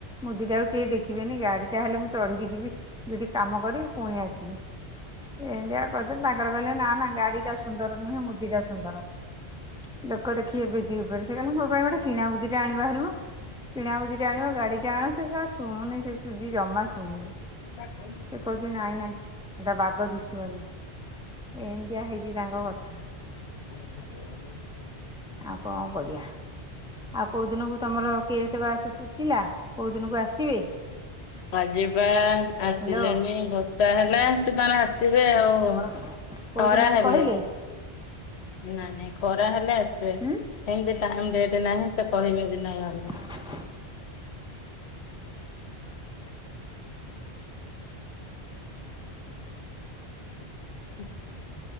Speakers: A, in the centre; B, on the left (about 75°).
A: ମୁଦିଟାକୁ କେହି ଦେଖିବେନି ଗାଡିଟା ହେଲେ ମୁଁ ଚଢ଼ିକି ଯିବି ଯଉଠି କାମ କରିବି ପୁଣି ଆସିବି। ଏନ୍ତିଆ କଥା ତାଙ୍କର କହିଲେ ନା ନା ଗାଡିଟା ସୁନ୍ଦର ନୁହେଁ ମୁଦିଟା ସୁନ୍ଦର। ଲୋକ ଦେଖିବେ ବେଦି ଉପରେ ସେ କହଲା ମୋ ପାଇଁ ଗୋଟେ କିଣା ମୁଦି ଟେ ଆଣିବ ହାରିମ। କିଣା ମୁଦି ଟେ ଆଣିବ ଗାଡି ଟେ ଆଣ ସେ ଶୁଣୁନି ସେ ସୁଜି ଜମା ଶୁଣୁନି।
B: <unintelligible>
A: କହୁଚି ନାଇଁ ନାଇଁ ସେଟା ବାଗ ଦିଶିବନି ଏନ୍ତିଆ ହେଇଛି ତାଙ୍କ କଥା।
B: <unintelligible>
A: ଆଉ କଣ କରିବା ଆଉ କୋଉ ଦିନକୁ ତମର କେସେ ବାସ ତୁଟିଲା। କୋଉ ଦିନକୁ ଆସିବେ?
B: ଆଜିପା ଆସିଲେନି
A: ହ୍ୟାଲୋ
B: ବର୍ଷା ହେଲା ସେମାନେ ଆସିବେ ଆଉ।
A: ତମର
B: ଓ
A: କୋଉ
B: ଖରା
A: ଦିନକୁ
B: ହେଲେ
A: କହିଲେ
B: ନା ନାଇଁ ଖରା ହେଲେ ଆସିବେ
A: ଉଁ?
B: ଏମତି ଟାଇମ୍ ଡେଟ୍ ନାହିଁ। ସେ କହିବେ <unintelligible>
A: ହ <inaudible>
B: ହ <inaudible>